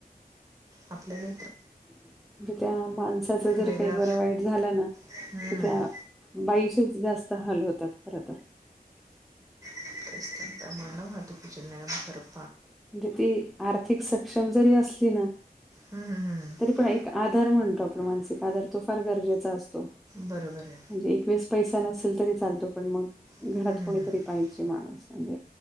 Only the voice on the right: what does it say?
आपल्याला
वेगळा
हम्म.
मानव <unintelligible>
हम्म, हम्म, हम्म.
बरोबर आहे
हम्म,
हम्म,
हम्म.